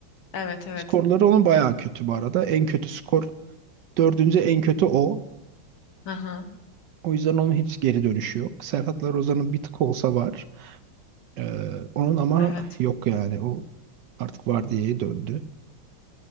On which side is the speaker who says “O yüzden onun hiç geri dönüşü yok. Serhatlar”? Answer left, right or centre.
Right